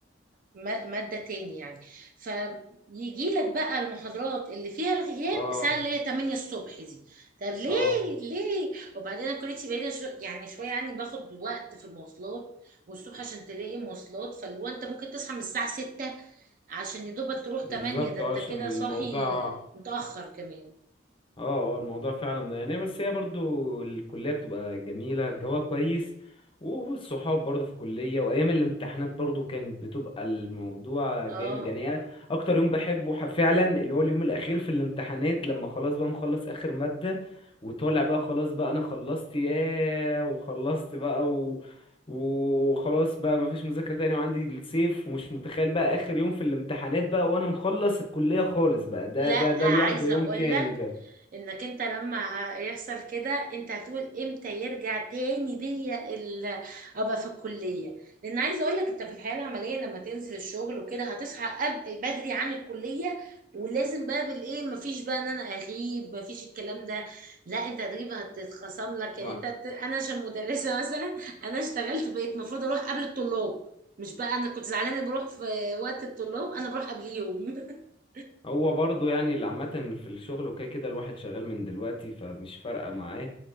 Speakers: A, on the right (about 45°); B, on the left (about 30°).
A: م- ماده تاني يعني فيجي لك بقى المحاضرات اللي فيها الغياب
B: اه
A: الساعه اللي هي 8 الصبح دي طب ليه
B: اه
A: ليه وبعدين أنا كليتي بعيده شو... يعني شويه عني باخد وقت في المواصلات والصبح عشان تلاقي مواصلات فاللي هو انت ممكن تصحى من الساعة ستة عشان يدوبك تروح
B: بالظبط
A: تمانية ده
B: آه،
A: انت
B: عشان
A: كده
B: الموضوع
A: صاحي متأخر كمان
B: اه اه الموضوع فعلا ده يعني بس هي برضو الكلية بتبقى جميلة الجو كويس والصحاب برضو في الكلية وأيام الامتحانات برضو كانت بتبقى الموضوع
A: اه
B: جامد يعني أنا أكتر يوم بحبه ح- فعلا اللي هو اليوم الأخير في الامتحانات لما خلاص بقى مخلص آخر مادة وطالع بقى خلاص بقى أنا خلصت ياه وخلصت بقى و... وخلاص بقى مفيش مذاكرة تاني وعندي الصيف ومش متخيل بقى آخر يوم في الامتحانات بقى وأنا مخلص الكلية خالص بقى ده
A: لا
B: ده ده
A: عايزة
B: لوحده يوم
A: اقولك
B: تاني ده
A: انك انت لما ه- يحصل كده انت هتقول امتى يرجع تاني بيا ال- ابقى في الكلية لان عايزة اقولك انت في الحياة العملية لما تنزل الشغل وكده هتصحى قب- بدري عن الكلية ولازم بقى بالايه مفيش بقى ان انا اغيب مفيش الكلام ده لا انت هتغيب هتتخصم لك يعني
B: ما
A: انت هت- انا عشان مدرسة <laughs> مثلا انا اشتغلت بقيت المفروض اروح قبل الطلاب مش بقى انا كنت زعلانة بروح في وقت الطلاب انا بروح قبليهم <laughs>
B: هو برضو يعني اللي عامة في الشغل وكده كده الواحد شغال من دلوقتي فمش فارقة معاه